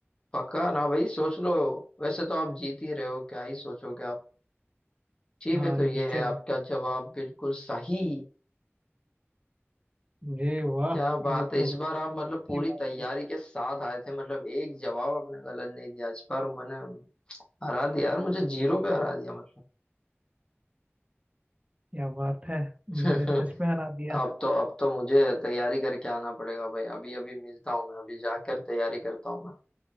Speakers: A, on the left; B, on the right.
A: पक्का ना भाई सोच लो वैसे तो आप जीत ही रहे हो क्या ही सोचोगे आप ठीक
B: हाँ
A: है तो ये
B: जी चलो
A: है आपका जवाब बिल्कुल सही
B: जी वाह
A: क्या बात
B: ये
A: है
B: तो
A: इस बार आप मतलब
B: अच्छी
A: पूरी
B: बात
A: तैयारी के साथ आए थे मतलब एक जवाब आपने गलत नहीं दिया इस बार मैंने हरा दिया यार मुझे जीरो पे हरा दिया
B: क्या बात है
A: मतलब
B: मैंने सच में हरा
A: <laughs>
B: दिया
A: अब तो अब तो मुझे तैयारी करके आना पड़ेगा भाई अभी अभी मिलता हूँ मैं अभी जाकर तैयारी करता हूँ मैं